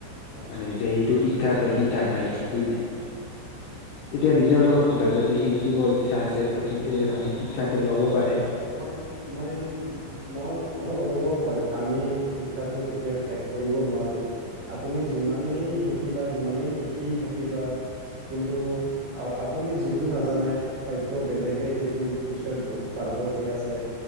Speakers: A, on the right; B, on the left.
A: হয়
B: মানে যে এইটো শিক্ষা তই শিকা নাই সি নাই। এতিয়া নিজৰ লগত কথা যদি শিকিব ইচ্ছা আছে ত'
A: হয়
B: মানে শিক্ষাটো ল'ব
A: তো
B: পাৰে।
A: মই মই মোৰ মোৰ অনুভৱ হয়। আমি শিক্ষাটো কেতিয়াও শেষ কৰিব নোৱাৰোঁ আপুনি যিমানেই শিকিবা সিমানেই শিকি থাকিবা। কিন্তু আ-আপুনি যিটো নাজানে হয়তো বেলেগ কে সেইটোৰ বিষয়ত বহুত পাৰ্গত হৈ আছে